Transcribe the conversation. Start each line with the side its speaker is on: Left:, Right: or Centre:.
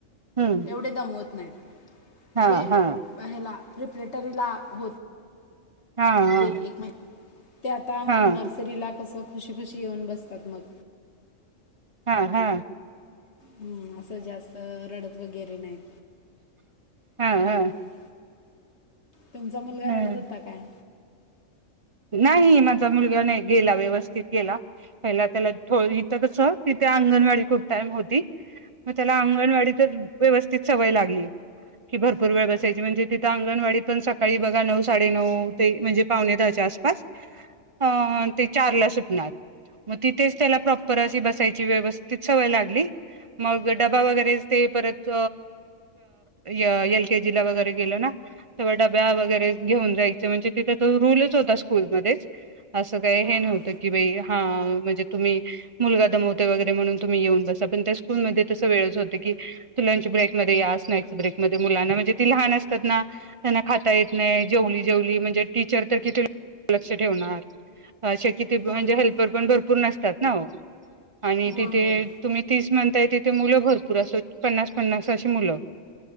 Right: हम्म.
Left: तेढेमवत नाही
Right: हा
Left: जे
Right: हा
Left: पला प्रिपरेटरीला हो.
Right: हा हा
Left: ते एक महि ते आता
Right: हा
Left: मग नर्सरीला कसं खुशी खुशी येऊन बसतात मग.
Right: हा हा.
Left: हम्म असं जास्त रडत वगैरे नाहीत
Right: हा हा
Left: हम. तुमचा मुलगा
Right: ह
Left: रडत होता काय.
Right: नाही माझा मुलगा नाही गेला व्यवस्थित गेला पहिला त्याला थो इथं कसं तिथे अंगणवाडी खूप टाइम होती. मग त्याला अंगणवाडीतच व्यवस्थित सवय लागली. की भरपूर वेळ बसायची म्हणजे तिथं अंगणवाडी. पण सकाळी बघा नऊ साडे नऊ ते म्हणजे पावणे दहाच्या आसपास. अ ते चार ला सुटणार. मग तिथेच त्याला प्रॉपर अशी बसायची व्यवस्थित सवय लागली. मग डबा वगैरे ते परत एल केजीला वगैरे गेलो ना. तें डब्या वगरेन जायं म्हणजे तिथे तो रूलच होत. स्कूलमध्येच अस काही
Left: हां,
Right: हे नव्हतं
Left: हां.
Right: की बा हा म्हणजे तुम्ही. मुलगा दमवते वगैरे म्हणून तुम्ही येऊन बसा पण त्या स्कूलमध्ये तस वेळच होते की. लंच ब्रेकमध्ये या स्नॅक्स ब्रेक म मुलांना म्हणजे ती लहान असतात ना. त्यांना खाता येत नाही जेवली जेवली म्हणजे टीचर तर किती. लक्ष ठेवणारे कती म्हणजे
Left: होय, होय.
Right: हेल्पर पण भरपूर नसतात ना. आणि
Left: होय,
Right: तिथे
Left: होय.
Right: तुम्ही तीस म्हणताय तिथे मुलं भरपूर असो पन्नास पन्नास अशी मुलं.